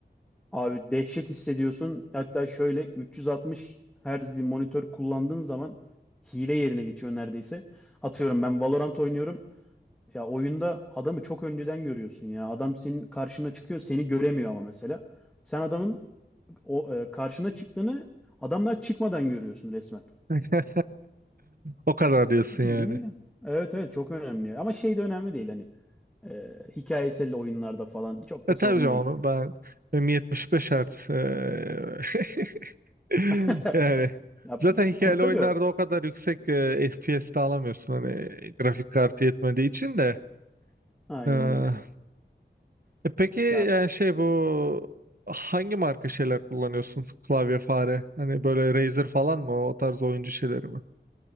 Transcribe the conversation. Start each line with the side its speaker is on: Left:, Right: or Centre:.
Centre: Abi dehşet hissediyorsun. Hatta şöyle 360 Hz bir monitör kullandığın zaman hile yerine geçiyor neredeyse. Atıyorum ben Valorant oynuyorum. Ya oyunda adamı çok önceden görüyorsun ya. Adam senin karşına çıkıyor, seni göremiyor ama mesela. Sen adamın o e, karşına çıktığını adam daha çıkmadan görüyorsun resmen.
Right: <laughs> O kadar diyorsun
Centre: Bildiğin
Right: yani.
Centre: ile. Evet evet çok önemli. Ama şey de önemli değil hani e, hikayesel oyunlarda falan çok
Right: E
Centre: da
Right: tabii
Centre: sorun
Right: canım
Centre: değil.
Right: onu ben benim 75 Hz eee, <laughs>
Centre: <laughs>
Right: yani
Centre: Ya
Right: zaten hikayeli
Centre: kurtarıyor.
Right: oyunlarda o kadar yüksek e, FPS de alamıyorsun hani grafik kartı yetmediği için de
Centre: Aynen
Right: Eee,
Centre: öyle.
Right: e peki yani
Centre: Ya
Right: şey bu hangi marka şeyler kullanıyorsun? Klavye fare. Hani böyle Razer falan mı? O tarz oyuncu şeyleri mi?